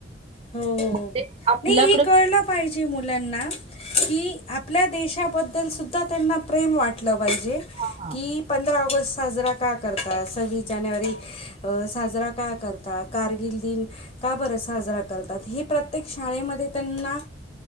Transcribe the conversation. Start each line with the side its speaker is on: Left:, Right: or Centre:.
Left: हो हो
Right: मग
Left: हो
Right: ते आपल्याकडे
Left: नाही हे कळलं पाहिजे मुलांना, की आपल्या देशाबद्दल सुुद्धा त्यांना प्रेम वाटलं पाहिजे
Right: हां,
Left: की, पंधरा ऑगस्ट साजरा का करतात. सव्वीस जानेवारी साजरा का करतात. कारगिल दिन का बर साजरा कर करतात. हे प्रत्येक शाळेमध्ये त्यांना